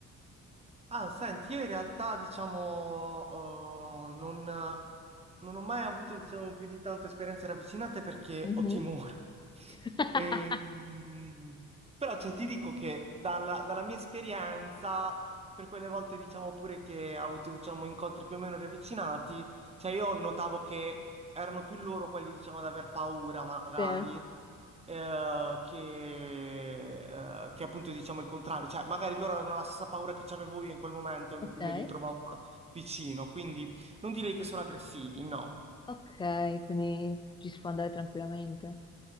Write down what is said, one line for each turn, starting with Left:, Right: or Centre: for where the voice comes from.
Right: Ah, senti, io in realtà, diciamo, eh, non, non ho mai avuto, diciamo, più di tanto esperienze ravvicinate perché
Left: Mhm.
Right: ho timore. <laughs>
Left: <laughs>
Right: E, mm, però, cioè, ti dico che dalla, dalla mia esperienza, per quelle volte, diciamo, pure che ho avuto, diciamo, incontri più o meno ravvicinati, cioè, io notavo che erano più loro quelli, diciamo, ad aver paura, magari,
Left: Sì.
Right: eh, che, eh, che appunto diciamo il contrario, cioè magari loro avevano la stessa paura che c'avevo io in quel momento in
Left: Ok,
Right: cui mi ritrovavo vicino, quindi non direi che sono aggressivi, no.
Left: ok, quindi ci si può andare tranquillamente.